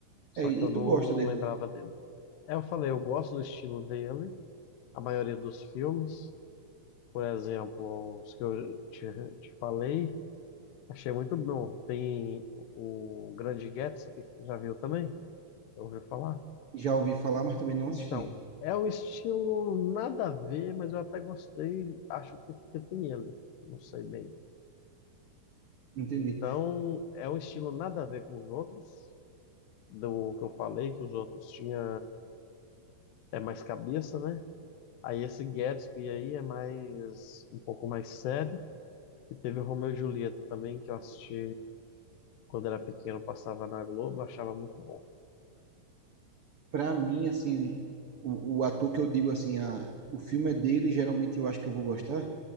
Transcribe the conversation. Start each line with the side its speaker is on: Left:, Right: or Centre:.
Left: Só
Right: É, e
Left: que eu
Right: tu
Left: não
Right: gosta dele?
Left: lembrava dele. É, Eu falei, eu gosto do estilo dele, a maioria dos filmes, por exemplo, os que eu te, te falei, achei muito bom. Tem o o Grande Gatsby, já viu também? Já ouviu falar?
Right: Já ouvi falar, mas também não assisti.
Left: Então, é um estilo nada a ver, mas eu até gostei, acho que porque tem ele, não sei bem.
Right: Entendi.
Left: Então, é um estilo nada a ver com os outros, do que eu falei, que os outros tinha é mais cabeça, né? Aí esse Gatsby aí é mais um pouco mais sério. E teve o Romeu e Julieta também, que eu assisti quando era pequeno, passava na Globo, achava muito bom.
Right: Pra mim, assim, o, o ator que eu digo, assim, ah, o filme é dele, geralmente eu acho que eu vou gostar,